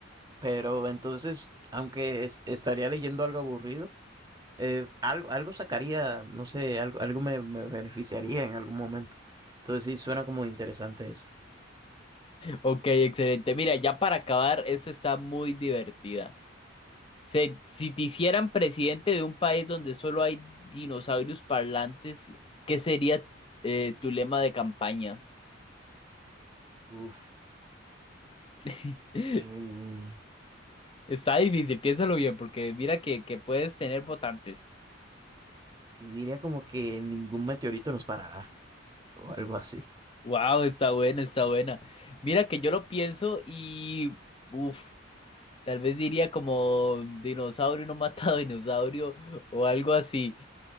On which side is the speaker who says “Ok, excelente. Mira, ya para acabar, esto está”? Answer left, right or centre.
Left